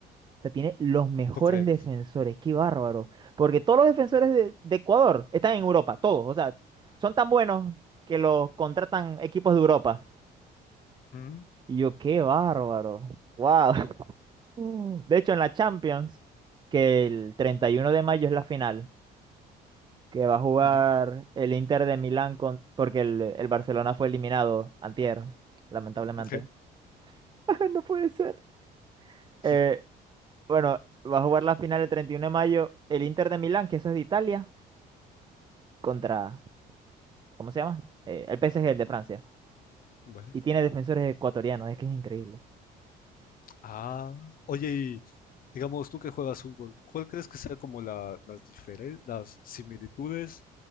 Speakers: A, on the right; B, on the left.
A: O sea, tiene los mejores
B: ¿Tú crees?
A: defensores, qué bárbaro. Porque todos los defensores de, de Ecuador están en Europa, todos. O sea, son tan buenos que los contratan equipos de Europa.
B: Mm,
A: Y yo, qué bárbaro. Wow. Mm. De hecho, en la Champions, que el 31 de mayo es la final, que va a jugar
B: ujú,
A: el Inter de Milán con, porque el, el Barcelona fue eliminado antier, lamentablemente.
B: ok.
A: <laughs> No puede ser.
B: <laughs>
A: Eh, bueno, va a jugar la final el 31 de mayo el Inter de Milán, que eso es de Italia, contra, ¿cómo se llama? Eh, el PSG, el de Francia.
B: Vale.
A: Y tiene defensores ecuatorianos, es que es increíble.
B: Ah, oye, y digamos tú que juegas fútbol, ¿cuál crees que sea como la- las diferen- las similitudes?